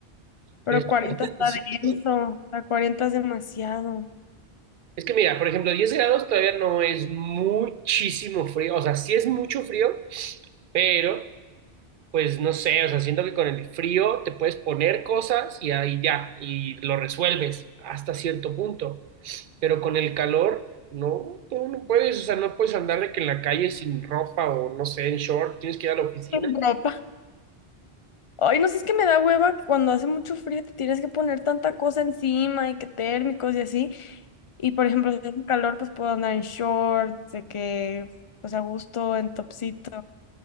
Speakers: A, on the left; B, on the right.
A: Pero
B: ¿Eres tú?
A: 40
B: Imagínate,
A: está
B: sí,
A: denso,
B: güey.
A: a 40 es demasiado.
B: Es que mira, por ejemplo, 10 grados todavía no es muchísimo frío, o sea, sí es mucho frío, pero pues no sé, o sea, siento que con el frío te puedes poner cosas y ahí ya, y lo resuelves hasta cierto punto, pero con el calor, no, tú no puedes, o sea, no puedes andar de que en la calle sin ropa o no sé, en short, tienes que ir a la oficina.
A: Sin ropa. Ay, no sé, es que me da hueva que cuando hace mucho frío te tienes que poner tanta cosa encima y que térmicos y así. Y por ejemplo, si hace calor, pues puedo andar en shorts, de que, pues a gusto, en topsito,